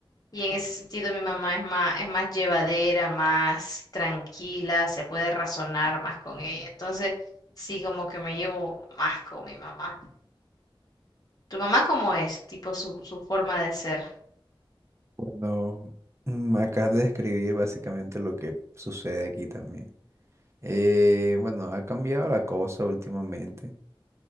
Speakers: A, on the left; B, on the right.
A: Y en ese sentido mi mamá es más, es más llevadera, más tranquila, se puede razonar más con ella. Entonces, sí, como que me llevo más con mi mamá. ¿Tu mamá cómo es? Tipo su, su forma de ser.
B: Bueno, mm, acabas de describir básicamente lo que sucede aquí también. Eh, bueno, ha cambiado la cosa últimamente